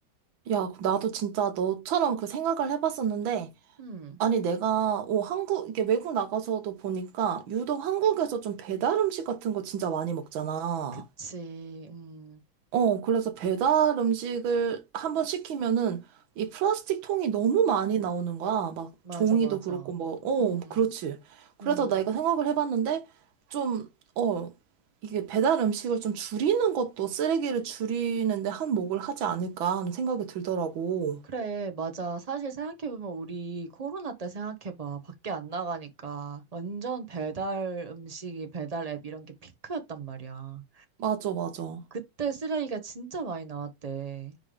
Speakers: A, on the right; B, on the right.
A: 야, 나도 진짜 너처럼 그 생각을 해봤었는데,
B: 음,
A: 아니, 내가, 어, 한국, 이게 외국 나가서도 보니까, 유독 한국에서 좀 배달 음식 같은 거 진짜 많이 먹잖아.
B: 그치. 음,
A: 어, 그래서 배달 음식을 한번 시키면은 이 플라스틱 통이 너무 많이 나오는 거야. 막
B: 맞아,
A: 종이도
B: 맞아.
A: 그렇고 뭐, 어,
B: 음,
A: 그렇지. 그래서
B: 음.
A: 나 이거 생각을 해봤는데 좀, 어, 이게 배달 음식을 좀 줄이는 것도 쓰레기를 줄이는데 한몫을 하지 않을까 하는 생각이 들더라고.
B: 그래, 맞아. 사실 생각해보면 우리 코로나 때 생각해봐. 밖에 안 나가니까 완전 배달 음식이 배달 앱 이런 게 피크였단 말이야.
A: 맞아, 맞아.
B: 그때 쓰레기가 진짜 많이 나왔대.